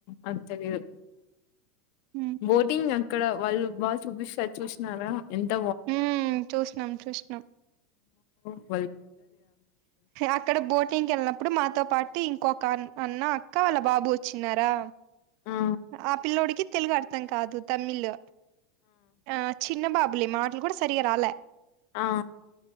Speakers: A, on the left (about 60°); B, on the right (about 60°).
A: అది తీలియదు
B: ఉమ్
A: బోటింగ్ ఇక్కడ వాళ్ళు బాగా చూపిస్తారు చూసినారా ఎంత
B: హ్మ్ చూసినం చూసినం
A: ఓ
B: అక్కడ బోటింగ్కి వెళ్ళినప్పుడు మాతో పా టి ఇంకొక అన్న అక్క వాళ్ళ బాబు వచ్చినారా
A: ఆ
B: ఆ పిల్లోడికి తెలుగు అర్థం కాదు తమిళ్ ఆ చిన్న బాబు మళ్ళీ మాటలు కూడా సరిగా రాలా
A: ఆ